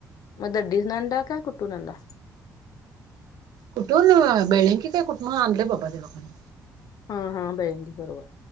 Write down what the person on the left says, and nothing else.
मग दडडी ना काय कुट्टू ना?
हा, हा बेळंकी बरोबर